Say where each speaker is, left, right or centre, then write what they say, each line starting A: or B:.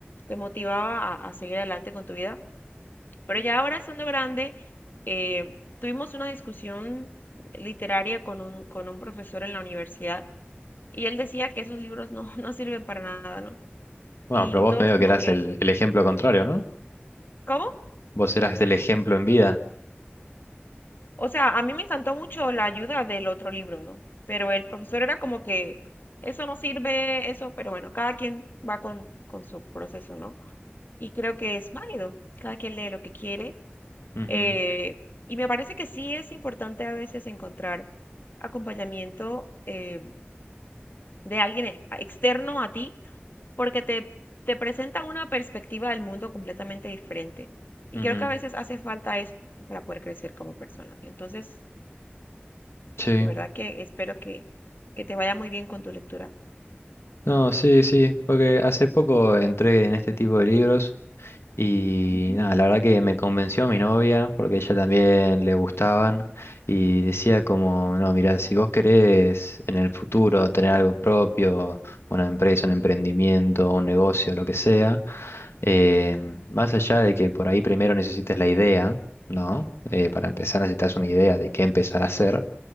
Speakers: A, on the left; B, on the left.
A: te motivaba a, a seguir adelante con tu vida. Pero ya ahora estando grande, eh, tuvimos una discusión literaria con un, con un profesor en la universidad y él decía que esos libros no, <laughs> no sirven para nada, ¿no?
B: Bueno,
A: Y,
B: pero
A: y
B: vos
A: todos
B: medio
A: como
B: que eras
A: que,
B: el, el ejemplo contrario, ¿no?
A: ¿cómo?
B: Vos eras el ejemplo en vida.
A: O sea, a mí me encantó mucho la ayuda del otro libro, ¿no? Pero el profesor era como que, eso no sirve, eso, pero bueno, cada quien va con, con su proceso, ¿no? Y creo que es válido, cada quien lee lo que quiere
B: Ujú,
A: Eh, y me parece que sí es importante a veces encontrar acompañamiento eh, de alguien e- a- externo a ti, porque te, te presenta una perspectiva del mundo completamente diferente. Y
B: ujú.
A: creo que a veces hace falta eso para poder crecer como persona. Entonces,
B: Sí.
A: de verdad que espero que, que te vaya muy bien con tu lectura.
B: No, sí, sí, porque hace poco entré en este tipo de libros. Y
A: Ujú,
B: nada, la verdad que me convenció mi novia, porque a ella también le gustaban, y decía como,
A: ujú,
B: no, mira, si vos querés en el futuro tener algo propio, una empresa, un emprendimiento, un negocio, lo que sea, eh, más allá de que por ahí primero necesites la idea, ¿no? Eh, para empezar necesitas una idea de qué empezar a hacer